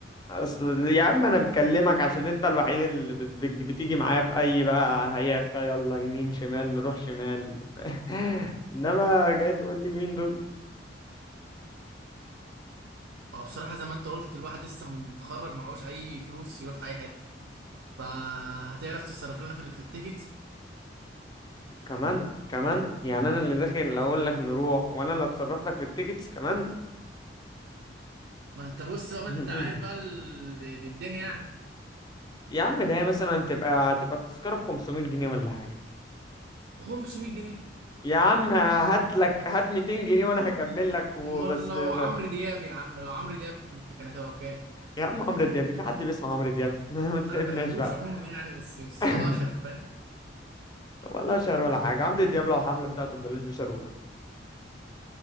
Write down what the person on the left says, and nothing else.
اصل يا عم انا مكلمك عشان انت الوحيد اللي بت- بت- بتيجي معايا في اي بقى هيا فيا يلا يمين شمال نروح شمال <laughs> انما جاي تقول لي مين دول
كمان كمان يعني انا اللي داخل اقول لك نروح وانا اللي اتصرف لك في التيكتس كمان
<laughs>
يا عم ده هي مثلا تبقى تبقى التذكرة ب 500 جنيه ولا حاجة
يا عم هات لك هات 200 جنيه وانا هكمل لك وبس
ب...
يا عم عمرو دياب في حد بيسمع عمرو دياب <laughs> ما تتعبناش
بقى
<laughs>
طب ولا شهر ولا حاجة عمرو دياب لو الحفلة بتاعته ببلاش مش هروح